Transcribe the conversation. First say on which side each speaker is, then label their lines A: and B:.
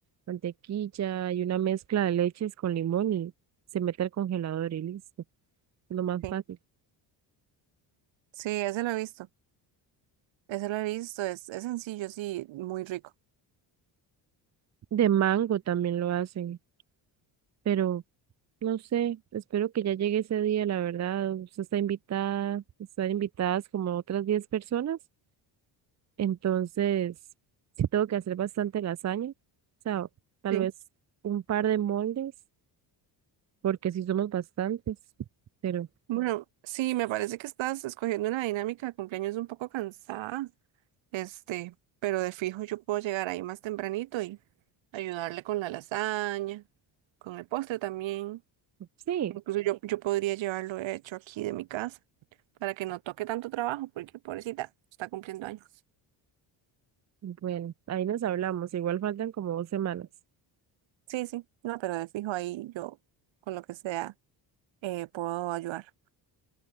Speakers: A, on the right; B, on the right.
A: mantequilla y una mezcla de leches con limón y se mete al congelador y listo. Es lo más
B: sí,
A: fácil.
B: sí, ese lo he visto, ese lo he visto, es, es sencillo, sí, muy rico.
A: De mango también lo hacen, pero No sé, espero que ya llegue ese día, la verdad. Usted está invitada, están invitadas como otras 10 personas. Entonces, sí tengo que hacer bastante lasaña. O sea, tal
B: Sí.
A: vez un par de moldes, porque sí somos bastantes. Pero
B: Bueno, sí, me parece que estás escogiendo una dinámica de cumpleaños un poco cansada. Este, pero de fijo yo puedo llegar ahí más tempranito y ayudarle con la lasaña, con el postre también.
A: sí,
B: Incluso yo, yo podría llevarlo hecho aquí de mi casa para que no toque tanto trabajo, porque pobrecita, está cumpliendo años.
A: bueno, ahí nos hablamos. Igual faltan como dos semanas.
B: Sí, sí, no, pero de fijo ahí yo con lo que sea eh, puedo ayudar.